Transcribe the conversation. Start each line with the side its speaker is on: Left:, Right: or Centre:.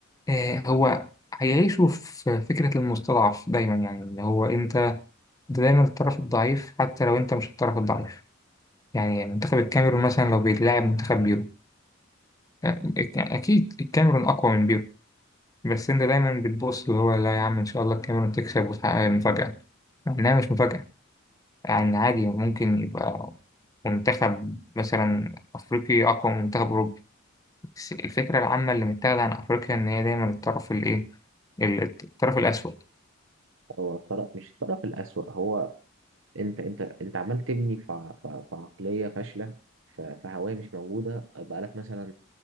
Left: آه، هو هيعيشوا في فكرة المستضعف دايما يعني إن هو أنت دايما الطرف الضعيف حتى لو أنت مش الطرف الضعيف يعني منتخب الكاميرون مثلا لو بيتلاعب منتخب بيرو يعني أكيد الكاميرون أقوى من بيرو بس أنت دايما بتبص اللي هو لا يا عم إن شاء الله الكاميرون تكسب وتحقق مفاجأة مع إنها مش مفاجأة يعني عادي ممكن يبقى منتخب مثلا أفريقي أقوى من منتخب أوروبي بس الفكرة العامة اللي متاخدة عن أفريقيا إن هي دايما الطرف الإيه ال- الطرف الأسود
Right: هو الطرف مش الطرف الأسوأ هو انت انت انت عمال تبني في ع- في ع- في عقليه فاشله في في هوايه مش موجوده بقالك مثلا